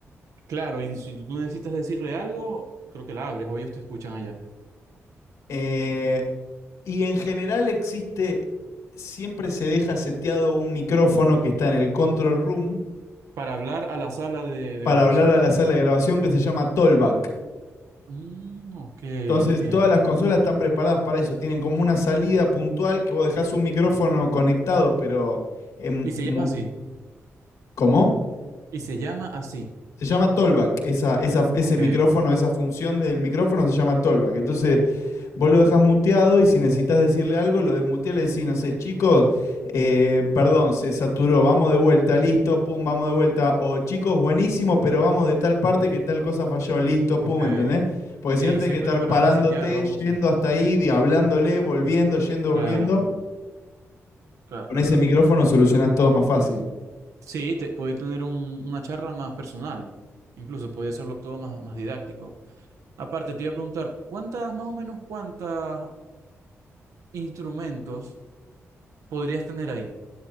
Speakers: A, on the right (about 80°); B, on the left (about 85°).
A: Claro, y si tú necesitas decirle algo, creo que la abres o ellos te escuchan allá.
B: Eh, Y en general existe, siempre se deja seteado un micrófono que está en el control room
A: Para hablar a la sala de, de
B: para
A: grabación.
B: hablar a la sala de grabación que se llama Tollback.
A: Mm, ok,
B: Entonces,
A: entiendo.
B: todas las consolas están preparadas para eso. Tienen como una salida puntual que vos dejás un micrófono conectado, pero en
A: Y se
B: mu-
A: llama así.
B: ¿cómo?
A: Y se llama así.
B: Se llama Tollback. Esa, esa, ese
A: Ok,
B: micrófono, esa función del micrófono se llama Tollback. Entonces, Vos lo dejás muteado y si necesitas decirle algo, lo desmuteas, le decís, no sé, chicos, eh, perdón, se saturó, vamos de vuelta, listo, pum, vamos de vuelta. O chicos, buenísimo,
A: o-
B: pero vamos de tal parte que tal cosa falló, listo,
A: ok.
B: pum, ¿entendés? Porque
A: Sí,
B: si no tenés
A: siempre
B: que estar
A: para
B: parándote,
A: resetear o algo así.
B: yendo hasta ahí, di- hablándole, volviendo, yendo,
A: Claro,
B: volviendo.
A: claro,
B: Con
A: es
B: ese
A: verdad.
B: micrófono solucionás todo más fácil.
A: Sí, te, podéis tener un- una charla más personal. Incluso podía hacerlo todo más, más didáctico. Aparte, te iba a preguntar, ¿cuántas, más o menos, cuántas instrumentos podrías tener ahí?